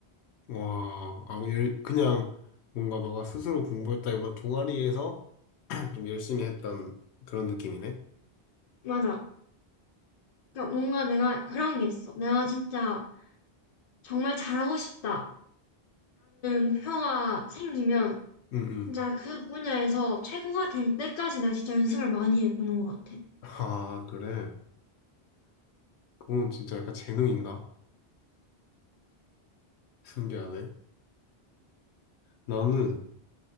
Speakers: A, on the left; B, on the left.
A: 와, 아, 그 열- 그냥 뭔가 너가 스스로 공부했다기보다 동아리에서 <clears throat> 좀 열심히 했던 그런 느낌이네.
B: 맞아. 그러니까 뭔가 내가 그런 게 있어. 내가 진짜 정말 잘하고 싶다라는 목표가 생기면
A: 응 응
B: 진짜 그 분야에서 최고가 될 때까지 내가 진짜 연습을 많이 해보는 것 같아.
A: 아, 그래. 그건 진짜 약간 재능인가? 신기하네. 나는